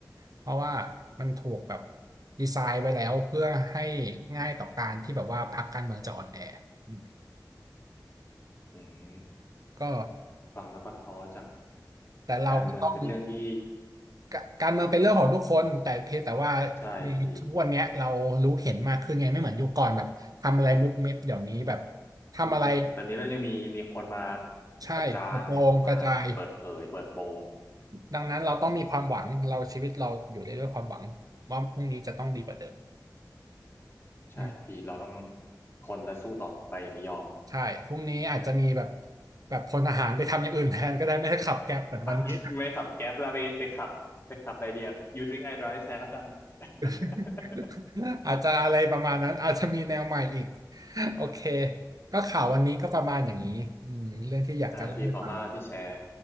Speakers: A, on the right; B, on the left.
A: เพราะว่ามันถูกแบบดีไซน์ไว้แล้วเพื่อให้ง่ายต่อการที่แบบว่าพรรคการเมืองจะอ่อนแออืม
B: อืม
A: ก็
B: ฟังแล้วก็ท้อจัง
A: แต่เราก็ต้อง
B: การเมืองเป็นเรื่องที่
A: กการเมืองเป็นเรื่องของทุกคนแต่เพียงแต่ว่า
B: ใช่พี่
A: ในทุกวันเนี้ยเรารู้เห็นมากขึ้นไงไม่เหมือนยุคก่อนแบบทำอะไรมุบมิบเดี๋ยวนี้แบบทำอะไร
B: มุกเม็ดตอนนี้เรายังมีมีคนมา
A: ใช่เปร่งกระจาย
B: ประจานมีคนมาเปิดเผยเปิดโปง
A: ดังนั้นเราต้องมีความหวังเราชีวิตเราอยู่ได้ด้วยความหวังว่าพรุ่งนี้จะต้องดีกว่าเดิม
B: ใช่พี่เราต้อง
A: อืม
B: ทนและสู้ต่อไปอย่าไปยอม
A: ใช่พรุ่งนี้อาจจะมีแบบแบบพลทหารไปทำอย่างอื่นแทนก็ได้ไม่ใช่ขับแก๊ปเหมือนวันนี้
B: <laughs> อ่ะไม่ขับแก๊ปแล้วไปไปขับไปขับอะไรเดียว You drink I drive แทนแล้วกัน <laughs>
A: <laughs> อาจจะอะไรประมาณนั้นอาจจะมีแนวใหม่อีกโอเคก็ข่าววันนี้ก็ประมาณอย่างนี้อืมเรื่องที่อยากจะเล่าให้ฟัง
B: ได้พี่ขอบคุณมากที่แชร์